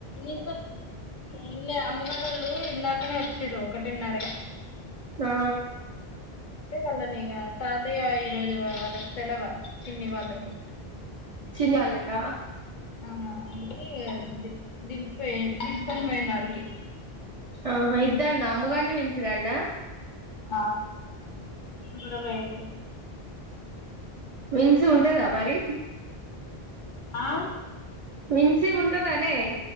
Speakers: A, on the left; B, on the right.
A: ఏం చేస్తునావ్ ఎం లే అమ్మగడోళ్ళు ఇందాకనే వచ్చిరు ఒకటిన్నరకి
B: ఆ
A: అంటే వాళ్ళనీ ఇగ తాతయ్య ఈరోోజు వాళ్ళకి సెలవా పిన్ని వాళ్ళకి
B: చిన్న వల్లక
A: ఆ అంటే దింపిపోయి తీసుకొని పోయాను ఆడికి
B: ఆహా ఇద్దన్న అమ్ముగాని విన్సుగానా
A: హా కూడా పోయిండు
B: విన్సు ఉంటదా మరి
A: ఆ
B: మిన్సీ ఉంటదానే